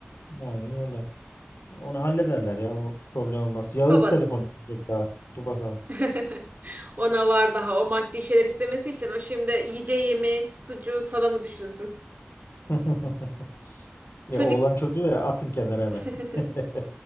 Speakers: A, on the left (about 85°); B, on the right (about 45°).
A: Aynen öyle. Onu hallederler ya o problem olmaz. Yağız
B: Baba
A: telefon isteyecek daha. Dur bakalım.
B: <laughs> ona var daha o maddi şeyler istemesi için o şimdi yiyeceği yemeği sucuğu salamı düşünsün.
A: <laughs> Ya
B: Çocuk
A: oğlan çocuğu ya atın kenara hemen.
B: <laughs>
A: <laughs>